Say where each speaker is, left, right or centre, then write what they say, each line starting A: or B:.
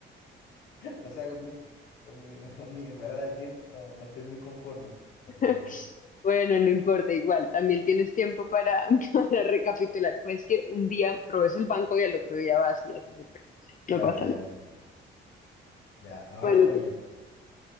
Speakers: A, on the left; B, on the left.
A: O sea, con mi, con mi, <laughs> con mi parada de tiempo no, no estoy muy conforme. la
B: <laughs>
A: verdad, Ahora.
B: bueno, no importa, igual, también tienes tiempo para, <laughs> para recapitular. Pues que un día robes el banco y al otro día vas y haces otra cosa. No
A: Claro,
B: pasa
A: ya,
B: nada.
A: sí. sí. Ya, ahora
B: Bueno,
A: voy
B: te
A: yo.
B: toca.